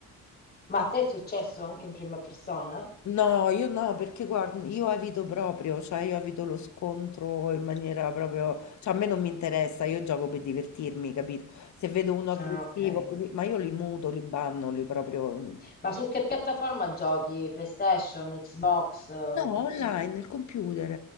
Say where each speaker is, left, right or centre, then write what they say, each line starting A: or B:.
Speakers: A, on the left; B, on the left.
A: Ma a te è successo anche in prima persona?
B: no, io no, perché guarda, io evito proprio, cioè io evito lo scontro in maniera proprio, cioè a me non mi interessa, io gioco per divertirmi, capito? Se vedo uno aggressivo
A: Ah, ok.
B: così, ma io li muto, li banno, li proprio...
A: Ma su che piattaforma giochi? PlayStation, Xbox? eh?
B: No, online, nel computer,